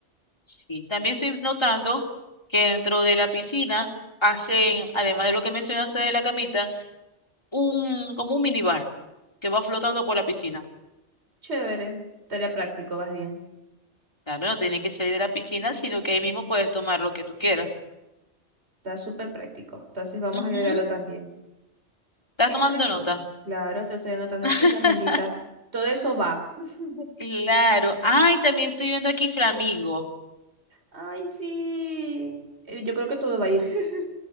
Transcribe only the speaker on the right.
Chévere. Tarea práctico, vas bien.
Está súper práctico. Entonces vamos
a agregarlo también.
¿Qué
otras cosas?
Claro, te lo estoy anotando aquí
en la agendita. Todo eso va. <laughs>
Ay, sí. Eh, Yo creo que todo va a ir. <laughs>